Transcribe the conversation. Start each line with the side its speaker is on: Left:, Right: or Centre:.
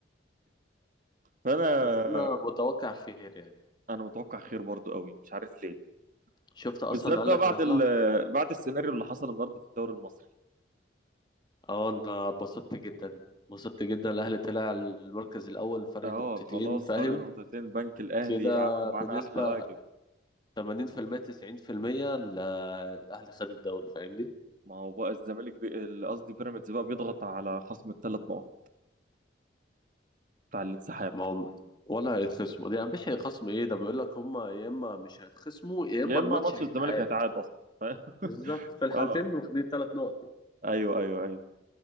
Right: فانا
Left: بس أنا متوقع خير يعني
Right: انا متوقع خير برضه قوي مش عارف ليه
Left: شفت اصلا
Right: بالذات
Left: قال
Right: بقى
Left: لك
Right: بعد
Left: انا
Right: ال...
Left: هلعب
Right: بعد السيناريو اللي حصل النهارده في الدوري المصري
Left: اه انا اتبسطت جدا اتبسطت جدا الاهلي طلع المركز الاول فرق
Right: اه
Left: نقطتين
Right: خلاص
Left: فاهم
Right: فرق نقطتين بنك الاهلي
Left: كده
Right: عمل
Left: بنسبة
Right: معانا احلى واجب
Left: 80% 90% ال- الاهلي خد الدوري فاهمني
Right: ما هو بقى الزمالك بي- قصدي بيراميدز بقى بيضغط على خصم الثلاث نقط بتاع الانسحاب
Left: ما هم ولا هيتخصموا دي مش هيخصموا ايه ده بيقول لك هم يا اما مش هيتخصموا يا اما
Right: يا
Left: الماتش
Right: اما ماتش
Left: هيتعاد
Right: الزمالك هيتعاد اصلا <laughs> ف-
Left: بالظبط في الحالتين
Right: اه
Left: واخدين ثلاث نقط يعني
Right: ايوه ايوه ايوه